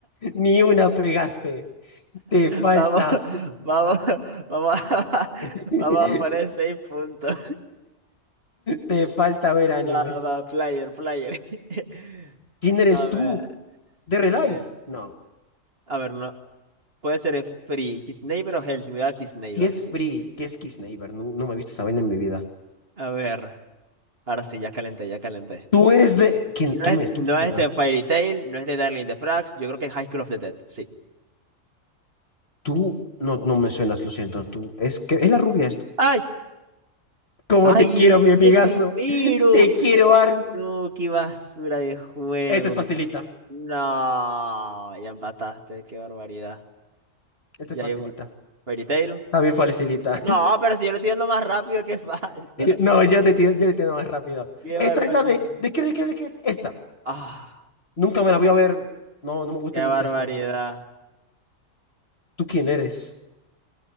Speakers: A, on the left; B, on the right.
A: Ni una pegaste. Te faltas.
B: Vamos, vamos, vamos, a- <laughs>
A: <laughs>
B: vamos a poner seis puntos.
A: Te falta ver animes.
B: Va, va, player, player. <laughs>
A: ¿Quién eres
B: A
A: tú?
B: ver,
A: ¿De Relife?
B: eh,
A: No.
B: a ver, no, puede ser eh, Free, Kiss Neighbor o Hell, si me da Kiss Neighbor,
A: ¿Qué es
B: sí.
A: Free? ¿Qué es Kiss Neighbor? No, no me he visto esa vaina en mi vida.
B: A ver, ahora sí, ya calenté, ya calenté.
A: Tú eres de... ¿Quién?
B: No
A: Tú
B: es,
A: me,
B: de-
A: tú
B: no
A: me suenas.
B: es de Fairy Tail, no es de Darling in the Franxx, yo creo que es High School of the Dead, sí.
A: Tú no, no me suenas, lo siento. Tú es que es la rubia.
B: ¡Ay!
A: Como
B: ¡Ay!
A: te quiero,
B: ¡Le diste
A: mi amigazo.
B: primero!
A: Te quiero, Armin.
B: No, qué basura de juego.
A: Esta es facilita.
B: No, ya empataste, qué barbaridad.
A: Esta
B: Ya
A: es facilita.
B: igual. Fairy Tail.
A: También facilita.
B: No,
A: <laughs>
B: pero si yo lo estoy dando más rápido que <laughs> falso.
A: No, yo te entiendo, yo le entiendo más rápido.
B: Qué
A: Esta
B: barbaridad.
A: es la de... ¿De qué, de qué, de qué? Esta.
B: Ah,
A: Nunca me la voy a ver. No, no me gusta
B: qué
A: el
B: barbaridad.
A: incesto, la verdad. ¿Tú quién eres?